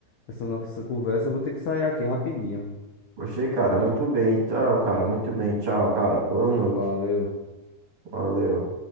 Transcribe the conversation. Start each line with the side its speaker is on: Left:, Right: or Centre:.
Left: dessa nossa conversa, eu vou ter que sair aqui rapidinho.
Right: Poxa, cara, muito bem. Tchau, cara. Muito bem. Tchau, cara. Boa noite.
Left: Valeu.
Right: Valeu.